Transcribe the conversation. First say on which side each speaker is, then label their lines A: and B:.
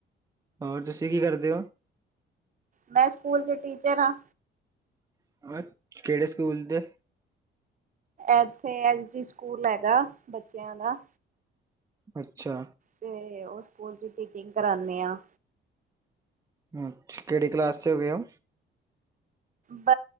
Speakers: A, on the right; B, on the right.
A: ਹੋਰ ਤੁਸੀਂ ਕੀ ਕਰਦੇ ਓ।
B: ਮੈਂ ਸਕੂਲ ਚ ਟੀਚਰ ਆਂ।
A: <unintelligible> ਕਿਹੜੇ ਸਕੂਲ ਦੇ?
B: ਇੱਥੇ ਐਸ ਡੀ ਸਕੂਲ ਹੈਗਾ ਬੱਚਿਆਂ ਦਾ।
A: ਅੱਛਾ।
B: ਤੇ ਉਸ ਸਕੂਲ ਚ ਟੀਚਿੰਗ ਕਰਾਨੀ ਆ।
A: ਅੱਛ, ਕਿਹੜੀ ਕਲਾਸ ਚ ਹੈਗੇ ਓ।
B: ਬ,